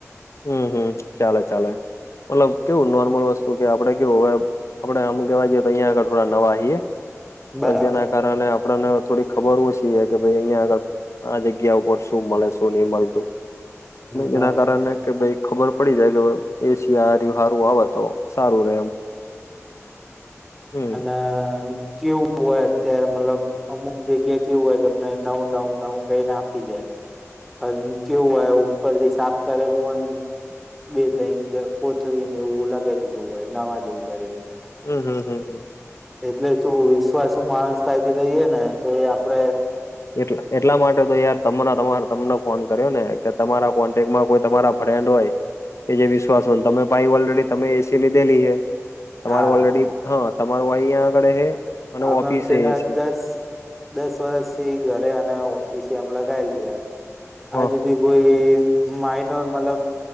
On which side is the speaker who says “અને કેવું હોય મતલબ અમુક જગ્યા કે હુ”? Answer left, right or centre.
Centre